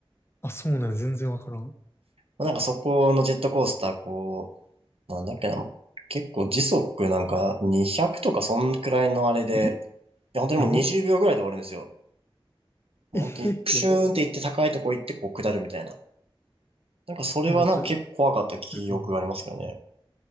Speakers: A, on the left; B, on the right.
A: あ、そうなん、全然わからん。
B: まあなんかそこのジェットコースター、こう、なんだっけな、結構時速なんか200とかそんくらいのあれで、
A: え
B: いや本当にもう20秒ぐらいで終わるんですよ。
A: やば。
B: もう本当にプシューンって行って高いとこ行ってこう下るみたいな。
A: <laughs> えやば。
B: なんかそれはなんか結構怖かった記憶がありますけどね。
A: <laughs> めっちゃ、うん。